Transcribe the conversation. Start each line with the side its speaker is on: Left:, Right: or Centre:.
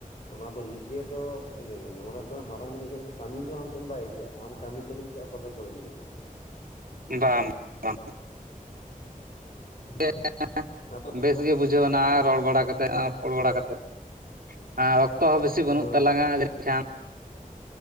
Left: ᱚᱱᱟ ᱫᱚ ᱱᱤᱡᱮ ᱫᱚ ᱧᱮᱞᱢᱮ ᱱᱚᱸᱰᱮ ᱠᱷᱚᱱᱟᱜ ᱢᱟᱨᱟᱝ ᱡᱤᱱᱤᱥ ᱫᱚ ᱦᱩᱭᱩᱜ ᱠᱟᱱᱟ ᱠᱟᱹᱢᱤ ᱫᱚ ᱟᱢ ᱴᱷᱮᱱ ᱵᱟᱭ ᱦᱤᱡᱩᱜᱼᱟ, ᱟᱢ ᱠᱟᱹᱢᱤ ᱴᱷᱮᱱᱮᱢ ᱪᱟᱜᱼᱟ ᱛᱚᱵᱮ ᱠᱟᱹᱢᱤᱢ ᱧᱟᱢᱟ,
Right: ᱵᱟᱝ ᱵᱟᱝ
Left: <inaudible>
Right: <unintelligible>
Left: ᱟᱫᱚ
Right: ᱵᱮᱥ
Left: ᱯᱨᱚᱛᱷᱚᱢ
Right: ᱜᱮ ᱵᱩᱡᱷᱟᱹᱣᱱᱟ ᱨᱚᱲ ᱵᱟᱲᱟ ᱠᱟᱛᱮᱫ ᱨᱚᱯᱚᱲ ᱵᱟᱲᱟ ᱠᱟᱛᱮᱫ, ᱟᱨ ᱚᱠᱛᱚ ᱦᱚᱸ ᱵᱮᱥᱤ ᱵᱟᱹᱱᱩᱜ
Left: ᱦᱮᱸ ᱦᱮᱸ
Right: ᱛᱟᱞᱟᱝᱟ ᱡᱟᱱᱤᱪ ᱠᱷᱟᱱ